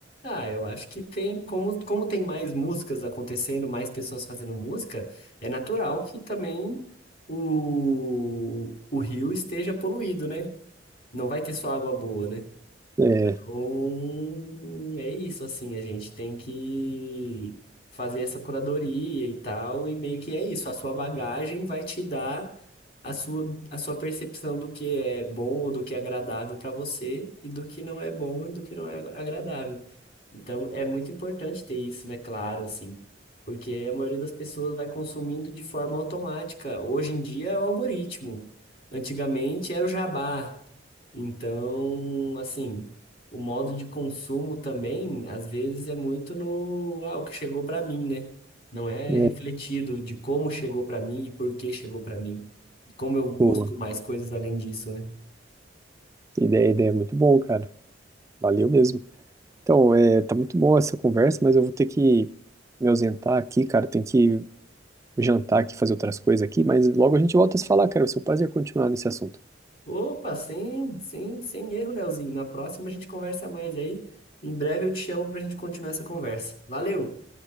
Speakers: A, on the left (about 50°); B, on the right (about 15°).
A: Ah, eu acho que tem, como, como tem mais músicas acontecendo, mais pessoas fazendo música, é natural que também o, o rio esteja poluído, né? Não vai ter só água boa, né? Então,
B: É,
A: é isso, assim, a gente tem que fazer essa curadoria e tal, e meio que é isso, a sua bagagem vai te dar a sua, a sua percepção do que é bom ou do que é agradável para você, e do que não é bom e do que não é agradável. Então, é muito importante ter isso, né, claro, assim, porque a maioria das pessoas vai consumindo de forma automática. Hoje em dia é o algoritmo, antigamente era o jabá. Então, assim o modo de consumo também, às vezes, é muito no, ah, o que chegou para mim, né? Não é
B: é,
A: refletido de como chegou para mim e por que chegou para mim. E como eu busco
B: boa.
A: mais coisas além disso, né?
B: Ideia, ideia é muito bom, cara. Valeu mesmo. Então, é, tá muito boa essa conversa, mas eu vou ter que me ausentar aqui, cara. Tem que jantar aqui, fazer outras coisas aqui, mas logo a gente volta a se falar, cara. Vai ser um prazer continuar nesse assunto.
A: Opa, sem, sem, sem erro, Leozinho. Na próxima a gente conversa mais aí. Em breve eu te chamo para a gente continuar essa conversa. Valeu!